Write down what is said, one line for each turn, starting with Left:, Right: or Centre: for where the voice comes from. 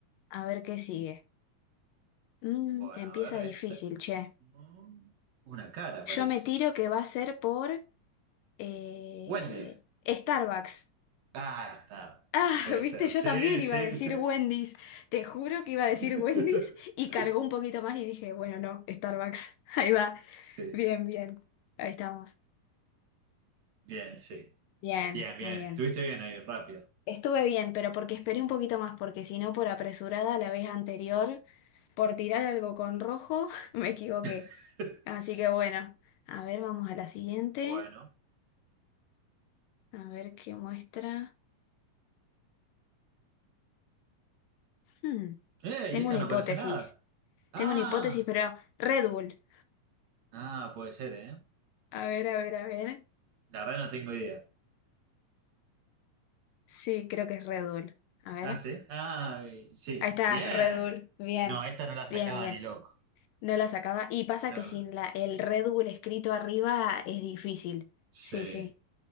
Left: A ver qué sigue. Mm,
Right: bueno,
Left: empieza
Right: a ver,
Left: difícil,
Right: esta-
Left: che.
Right: mm, una cara parece.
Left: Yo me tiro que va a ser por eh,
Right: Wendy.
Left: Starbucks.
Right: Ah, está.
Left: Ah,
Right: Puede
Left: <laughs> viste,
Right: ser.
Left: yo
Right: Sí,
Left: también
Right: sí,
Left: iba a decir
Right: sí.
Left: Wendy's. Te juro que iba a decir
Right: <laughs>
Left: Wendy's y cargó un poquito más y dije, bueno, no, Starbucks. <laughs> Ahí va.
Right: Sí.
Left: Bien, bien. Ahí estamos.
Right: Bien, sí.
Left: Bien,
Right: Bien, bien.
Left: muy bien.
Right: Estuviste bien ahí, rápido.
Left: Estuve bien, pero porque esperé un poquito más, porque si no, por apresurada la vez anterior, por tirar algo con rojo, <laughs> me equivoqué.
Right: <laughs>
Left: Así que bueno, a ver, vamos a la siguiente.
Right: Bueno.
Left: A ver qué muestra. Hmm,
Right: ¡Eh!
Left: Tengo
Right: ¿Y esta
Left: una
Right: no
Left: hipótesis.
Right: aparece nada? Ah,
Left: Tengo una hipótesis, pero Red Bull.
Right: ah, puede ser, ¿eh?
Left: A ver, a ver, a ver.
Right: La verdad no tengo idea.
Left: Sí, creo que es Red Bull. A ver.
Right: Ah, sí. Ah, sí.
Left: Ahí está,
Right: Bien.
Left: Red Bull. Bien,
Right: No, esta no la sacaba
Left: bien, bien.
Right: ni loco.
Left: No la sacaba. Y pasa
Right: No,
Left: que sin la, el Red Bull escrito arriba es difícil.
Right: sí.
Left: Sí, sí.